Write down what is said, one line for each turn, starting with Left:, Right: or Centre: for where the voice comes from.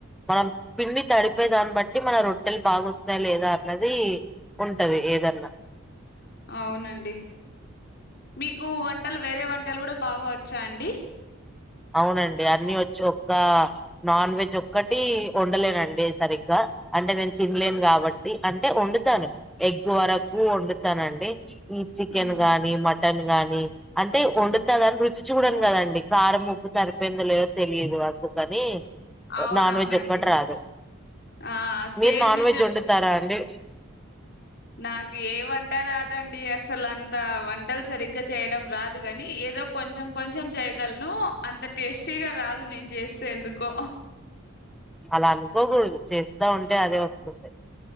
Centre: మనం పిండి తడిపే దాన్ని బట్టి మన రొట్టెలు బాగొస్తాయ లేదా అన్నదీ ఉంటది ఏదన్న
Left: అవునండి, మీకూ వంటలు వేరే వంటలు గూడ బాగా వోచ్చా అండి
Centre: అవునండి అన్నీ వోచ్చు ఒక్కా నాన్ వెజ్ ఒక్కటీ ఒండలేనండి నేన్ సరిగ్గా అంటే నేన్ తిన్లేను గాబట్టి అంటె ఒండుతాను ఎగ్ వరకు ఒండుతానండి. ఈ చికెన్
Left: ఆ
Centre: గానీ మటన్ గానీ అంటే ఒండుతా
Left: హ్మ్.
Centre: గానీ రుచి చూడన్ గదండి కారం ఉప్ ఉప్పుసరిపోయిందొ లేదో తెలీదు అందుకనీ
Left: అవునవునండి
Centre: నాన్ వెజ్ ఒకట్ రాదు
Left: ఆ సేమ్
Centre: మీరు నాన్ వెజ్
Left: చెప్
Centre: ఒండుతారా అండి
Left: నాకు ఏ వంట రాదండీ అసలు అంతా వంటల్ సరిగ్గా చేయిడం రాదు గాని ఏదో కొంచెం కొంచెం చేయగల్నూ అంత టేస్టీగా రాదు నేన్ చేస్తే ఎందుకో
Centre: అలా అన్కోకూడ్దు చేస్తా ఉంటే అదే వస్తుంది